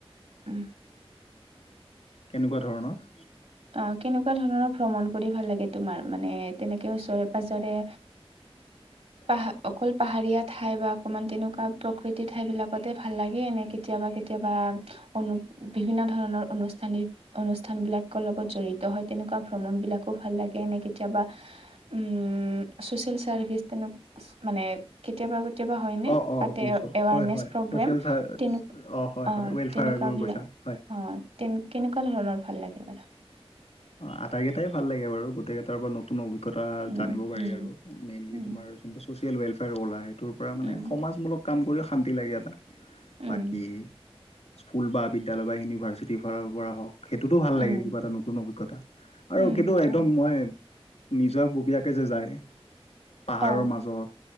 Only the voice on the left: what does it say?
কেনেকুৱা ধৰণৰ।
হয়
অ অ
বুজিছো
হয় হয়
ছ'চিয়েল চাৰ
হয়
হয় ৱেলফেয়াৰবোৰ
কৈছা হয়
অ, আটাই কেইটাই ভাল লাগে বু গোটেইাৰ পৰা নতুন অ অজঞতা
জানিবপাৰি
আৰু মেইনলি
তোমাৰ যোনটো ছ'চিয়েল ৱেলফেয়াৰ উলাই তুৰ পৰা মানে
সমাজমূলক কাম কৰিও শান্তি লাগে এটা
বাকী স্কুল বা বিদ্যালয় বা ইউনিভাৰ্চিটিৰ ফালৰ পৰা হওঁক সেইটোতো ভাল
লাগে কিবা এটা নতুন অভিজ্ঞতা আৰু
কিন্তু একদম
মই নিজৰ ববীয়াকে যে যায় পাহাৰৰ
মাজত,